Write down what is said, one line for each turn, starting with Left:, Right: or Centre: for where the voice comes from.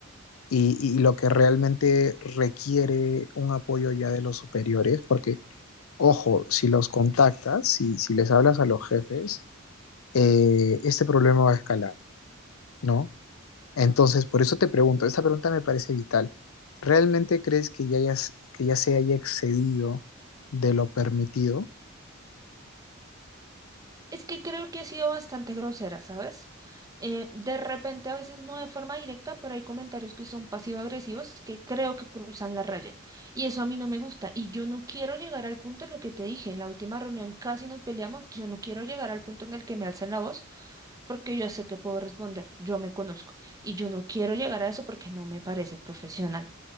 Left: y, y lo que realmente requiere un apoyo ya de los superiores? Porque Ojo, si los contactas, si, si les hablas a los jefes, eh, este problema va a escalar, ¿no? Entonces, por eso te pregunto, esta pregunta me parece vital. ¿Realmente crees que ya, hayas- que ya se haya excedido de lo permitido?
Right: Es que creo que he sido bastante grosera, ¿sabes? Eh, de repente, a veces no de forma directa, pero hay comentarios que son pasivo-agresivos que creo que cruzan la raya. Y eso a mí no me gusta. Y yo no quiero llegar al punto en lo que te dije. En la última reunión casi nos peleamos. Yo no quiero llegar al punto en el que me alcen la voz porque yo sé que puedo responder. Yo me conozco. Y yo no quiero llegar a eso porque no me parece profesional.